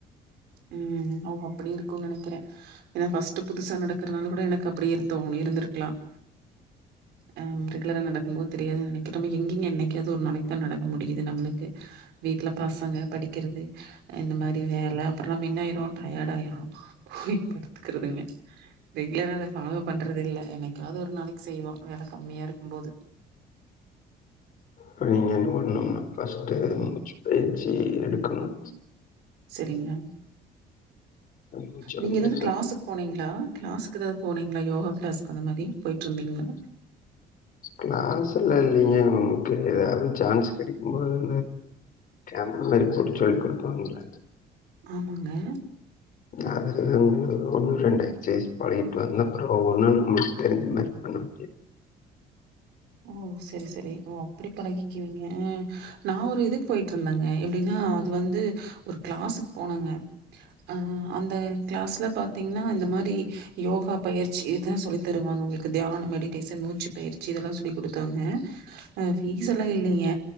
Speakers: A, on the right (about 80°); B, on the left (about 55°).
A: உம் ஓ அப்டி இருக்கு நனைக்கிற ஏனா பஃஸ்ட் புதுசா நடக்கறனால கூட எனக்கு அப்படி இருத்தோ இருந்திருக்கலாம்
B: <inaudible>
A: ஆ ரெகுலரா நடக்கும் போது தெரியாது நினைக்கிற நம்ம எங்கிங்க என்னைக்காது ஒரு நாளைக்கு தான் நடக்க முடியுது நம்மளுக்கு வீட்டுல பசங்க படிக்கிறது இந்த மாரி வேல புரோ நம்ம என்னயிரோ டயர்டாயிரோ போய் படுத்துக்கறதுங்க ரெகுலரா அத ஃபாலோ பண்றது இல்ல என்னைக்காவது ஒரு நாளைக்கு செய்வோ வெல கம்மியா இருக்கும் போது
B: <unintelligible> பஸ்ட் மூச்சு பயிற்சி எடுக்கணும்
A: சரிங்கள
B: மூச்ச
A: நீங்க
B: வந்து
A: ஏதாவது கிளாஸக்கு போனீங்களா கிளாஸ குதாவது போனீங்களா யோகா கிளாஸ்கு அந்த மாரி போயிட்டு இருந்தீங்களா
B: கிளாஸ்லா இல்லைங்க நமக்கு ஏதாவது சான்ஸ் கடைக்கும்போதுந்த <unintelligible>
A: ஆமாங்க
B: அது <unintelligible> ஒன்னு ரெண்டு எக்சேஸ் பழகிட்டு வந்த அப்ரோ ஒன்னும் நம்மளுக்கு தெரிஞ்ச பன்னமுடியாது
A: ஓ செரி செரி ஓ அப்டி பழகிக்குவீங்க நான் ஒரு இதுக்கு போயிட்டு இருந்தேங்க எப்படின்னா அது வந்து ஒரு கிளாஸக்கு போனாங்க ஆ அந்த கிளாஸ்ல பார்த்தீங்கன்னா இந்த மாரி யோகா பயிற்சி இததுதான் சொல்லித்தருவாங்க உங்களுக்கு தியான மெடிடேஷன் மூச்சு பயிற்சி இதெல்லாம் சொல்லி கொடுத்தாங்க ஆ பீஸ் எல்லா இல்லிங்க